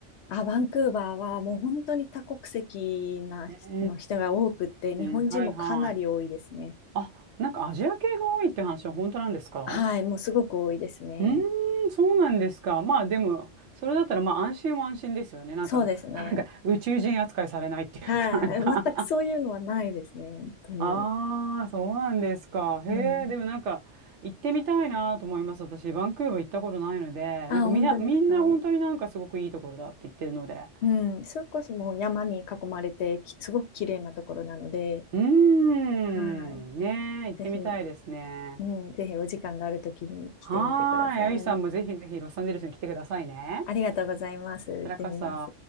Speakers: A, on the left; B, on the right.
A: あ、バンクーバーはもう本当に多国籍なの人が多くって、
B: ー
A: 日本人もかなり多いですね。
B: ん、はいはい。あ、なんかアジア系が多いって話は本当なんですか
A: はい、もうすごく多いですね。
B: うーん、そうなんですか。まあでも、それだったらまあ安心は安心ですよね。なんか、
A: そうですね。
B: <laughs> なんか宇宙人扱いされないっていうか、
A: はい、
B: なんか
A: 全くそういうのはないですね、
B: <laughs>
A: 本当に。
B: ああ、そうなんですか。へえ、
A: うん。
B: でもなんか、行ってみたいなと思います。私、バンクーバー行ったことないので、
A: あ、
B: なんかみんな、
A: 本当ですか。
B: みんな本当になんかすごくいいところだって言ってるので。
A: うん、それこそもう山に囲まれて、きすごく綺麗なところなので、
B: うーん、
A: はい、
B: ねえ、行ってみたいですね。
A: ぜひ、うん、ぜひお時間があるときに来てみてください。
B: はーい、あゆさんもぜひぜひロサンゼルスに来てくださいね。
A: ありがとうございます。
B: こ
A: 行ってみます。
B: ちらこそ。